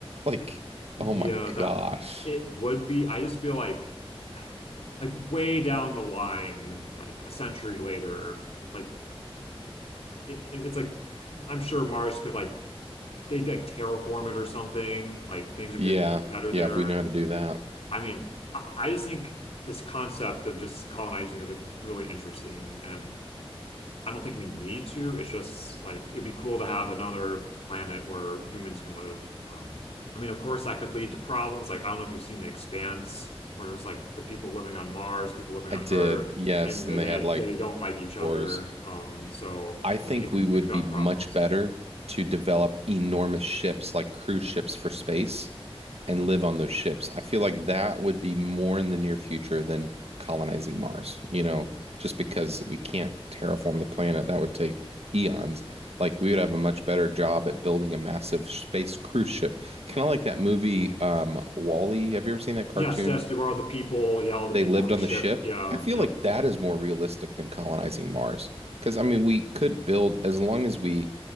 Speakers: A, on the right; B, on the left.
A: Like,
B: yeah
A: oh my
B: that
A: gosh.
B: it would be I just feel like like way down the line like a century later like it, it- it's like I'm sure Mars could like they like terraform it or something like things would
A: Yeah.
B: get better
A: Yeah,
B: there
A: if we know how to do that.
B: I mean, I, I just think this concept of just colonizing is like really interesting, and I don't think we need to. It's just like it'd be cool to have another planet where humans can live. Um, I mean, of course, that could lead to problems. Like, I don't know if you've seen The Expanse, where there's like the people living on Mars, people living
A: I
B: on
A: did,
B: Earth,
A: yes,
B: and
A: and
B: they
A: they
B: they,
A: had like
B: they don't like each other.
A: wars.
B: Um, so,
A: I think
B: I mean, it,
A: we
B: could-
A: would
B: it could
A: be
B: cause
A: much
B: problems.
A: better to develop enormous ships like cruise ships for space and live on those ships. I feel like that would be more in the near future than colonizing Mars, you know, just because we can't terraform the planet. That would take eons. Like we would have a much better job at building a massive space cruise ship. Kind of like that movie, um, Wall-E. Have you ever seen that cartoon?
B: Yes, yes, there are the people. Yeah, all the
A: they
B: people
A: lived
B: on the
A: on
B: ship.
A: the ship.
B: Yeah,
A: I feel
B: yep.
A: like that is more realistic than colonizing Mars. Because, I mean, we could build, as long as we